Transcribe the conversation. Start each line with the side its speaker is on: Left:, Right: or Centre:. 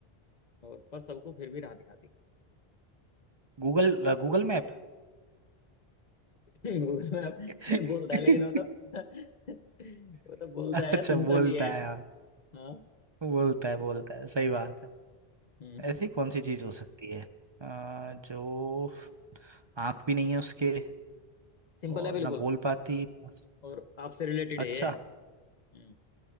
Left: और पर सबको फिर भी राह दिखाती
Right: गूगल गूगल मैप
Left: <laughs> उसमें आप-
Right: <laughs>
Left: बोलता है लेकिन वो तो <laughs> वो तो बोलता है
Right: अच्छा
Left: सुनता
Right: बोलता
Left: भी है
Right: है हाँ
Left: हाँ
Right: बोलता है बोलता है सही बात है
Left: हम्म
Right: ऐसी कौन सी चीज हो सकती है अ, जो आंख भी नहीं है उसके
Left: सिंपल
Right: और
Left: है बिल्कुल
Right: ना बोल पाती बस।
Left: और आपसे रिलेटेड है
Right: अच्छा
Left: ये हम्म